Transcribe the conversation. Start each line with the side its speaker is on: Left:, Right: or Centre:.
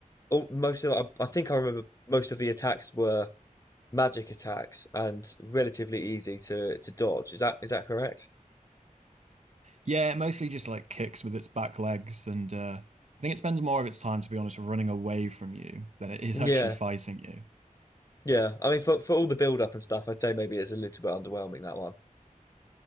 Left: all, most of I, I think I remember most of the attacks were magic attacks and relatively easy to to dodge. Is that is that correct?
Right: Yeah, it mostly just like kicks with its back legs, and uh, I think it spends more of its time, to be honest, running away from you than it is
Left: Yeah,
Right: actually fighting you.
Left: yeah. I mean, for for all the build up and stuff, I'd say maybe it's a little bit underwhelming that one.